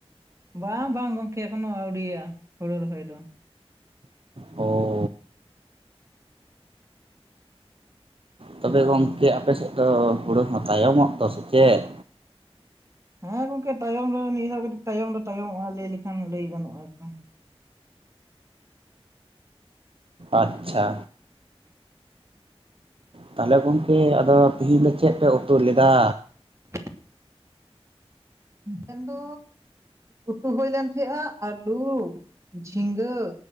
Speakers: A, on the right; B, on the right.
A: ᱵᱟᱝ ᱵᱟᱝ ᱜᱚᱝᱠᱮ ᱮᱠᱷᱚᱱᱳ ᱟᱹᱣᱰᱤᱭᱟ ᱦᱩᱲᱩ ᱨᱚᱦᱚᱭ ᱫᱚ᱾
B: ᱚ <unintelligible> ᱛᱚᱵᱮ ᱜᱚᱝᱠᱮ ᱟᱯᱮ ᱥᱮᱫ ᱫᱚ ᱦᱩᱲᱩ ᱦᱚᱸ ᱛᱟᱭᱚᱢᱚᱜ ᱫᱚ ᱥᱮ ᱪᱮᱫ?
A: ᱦᱮᱸ ᱜᱚᱝᱠᱮ ᱛᱟᱭᱚᱢ ᱨᱮ ᱱᱤᱭᱟᱹ ᱫᱷᱟᱣ ᱫᱚ ᱠᱟᱹᱴᱤᱡ ᱛᱟᱭᱚᱢ ᱛᱟᱭᱚᱢᱚᱜᱼᱟ ᱞᱟᱹᱭ ᱞᱮᱠᱷᱟᱱ ᱞᱟᱹᱭ ᱜᱟᱱᱚᱜᱼᱟᱨᱠᱤ᱾
B: ᱟᱪᱪᱷᱟ ᱛᱟᱦᱚᱞᱮ ᱜᱚᱝᱠᱮ ᱟᱫᱚ ᱛᱤᱦᱤᱧ ᱫᱚ ᱪᱮᱫ ᱯᱮ ᱩᱛᱩ ᱞᱮᱫᱟ?
A: <inaudible> ᱢᱮᱱᱫᱚ ᱩᱛᱩ ᱦᱩᱭ ᱞᱮᱱ ᱛᱟᱦᱮᱸᱜᱼᱟ ᱟᱹᱞᱩ ᱡᱷᱤᱸᱜᱟᱹ